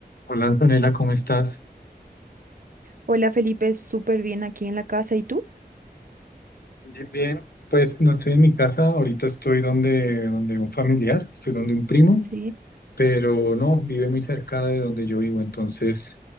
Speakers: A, on the left (about 65°); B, on the right (about 55°).
A: Hola Antonella, ¿cómo estás?
B: Hola Felipe, súper bien aquí en la casa. ¿Y tú?
A: Bien, bien. Pues no estoy en mi casa, ahorita estoy donde, donde un familiar, estoy donde un primo,
B: Sí.
A: pero no, vive muy cerca de donde yo vivo, entonces